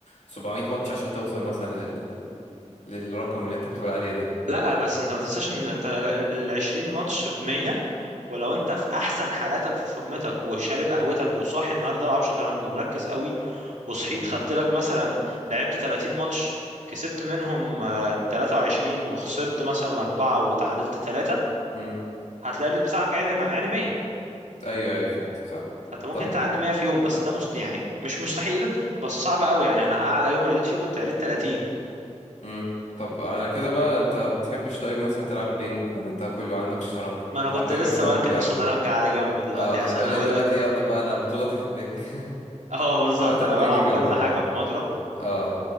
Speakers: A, on the left (about 75°); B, on the right (about 80°).
A: 700 ماتش عشان توصل مثلا لل... للرقم اللي انت بتقول عليه ده
B: لا بس انت ما تنساش ان انت ال ال- 20 ماتش ب 100 ولو انت في احسن حالاتك في فورمتك وشارب قهوتك وصاحي النهارده العب شطرنج ومركز قوي وصحيت
A: امم
B: خدت لك مثلا لعبت 30 ماتش كسبت منهم آه، 23 وخسرت مثلا 4 وتعادلت 3
A: امم
B: هتلاقي الريت بتاعك عالي عالي 100
A: ايوه ايوه فهمتك صح
B: فانت ممكن
A: طب
B: تعلي 100 في يوم بس ده مست يعني مش مستحيل بس صعب قوي يعني انا اعلى يوم عليت فيه كنت عليت 30
A: امم طب على كده بقى انت بتحبش طيب مثلا تلعب بينج ولا انت كله عندك شطرنج
B: ما انا
A: تلعب
B: كنت
A: بينج
B: لسه
A: مثلا
B: بركن
A: او بلياردو
B: الشطرنج على جنب دلوقتي
A: اه
B: عشان
A: هتقولي
B: اقول
A: دلوقتي
B: لك
A: يلا بقى انا بطولتي في البينج <laughs>
B: اه بالظبط
A: عامة
B: انا بلعب
A: بينج جامدة
B: كل
A: بقى
B: حاجه بمضرب
A: اه